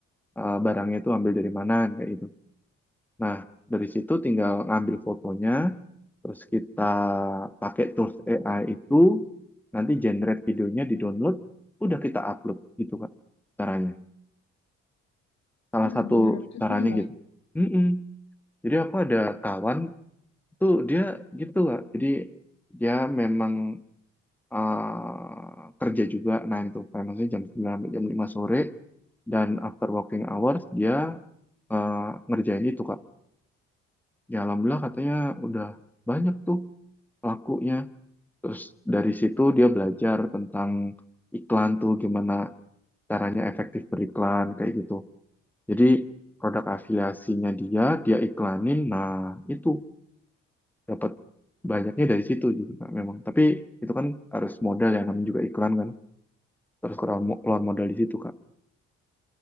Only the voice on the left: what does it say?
wah
menarik juga
ya